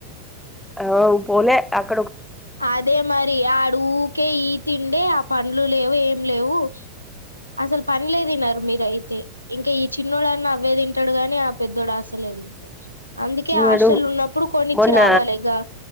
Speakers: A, in the centre; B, on the left.
A: ఆ పోలే ఆక్
B: అదే మరి ఆడ ఊకే ఈ తిండే, ఆ పండ్లు లేవు ఏం లేవు. అసలు పన్లే తీన్నారు మీరయితే. ఇంకా ఈ చిన్నోడు అన్నా అవ్వే తింటాడు గాని, ఆ పెద్దోడు అసలే తిన్నాడు. అందుకే
A: చిన్నడు
B: హాస్టల్ ఉన్నప్పుడు కొన్నిచ్చి
A: మొన్న
B: రావాలే గా.